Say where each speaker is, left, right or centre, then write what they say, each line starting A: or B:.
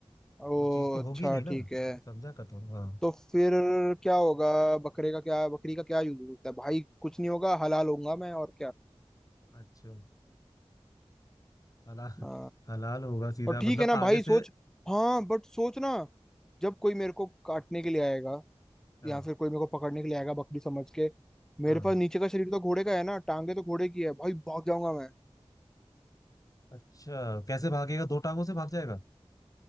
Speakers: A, in the centre; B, on the left (about 35°).
A: ओ
B: वो चीज तो
A: अच्छा
B: होगी नहीं ना
A: ठीक है
B: समझा कर थोड़ा हाँ
A: तो फिर क्या होगा बकरे का क्या बकरी का क्या यूज हो सकता है भाई कुछ नहीं होगा हलाल होऊंगा मैं और
B: अच्छा
A: क्या
B: हलाल हलाल होगा सीधा
A: और ठीक
B: मतलब
A: है ना
B: आगे
A: भाई सोच
B: से
A: हाँ बट सोच ना जब कोई मेरे को काटने के लिए आएगा
B: हाँ
A: या फिर कोई मेरे को पकड़ने के लिए आएगा बकरी समझ के मेरे
B: हाँ
A: पास नीचे का शरीर तो घोड़े का है ना टांगे तो घोड़े की है भाई भाग जाऊंगा मैं
B: अच्छा कैसे भागेगा दो टांगों से भाग जाएगा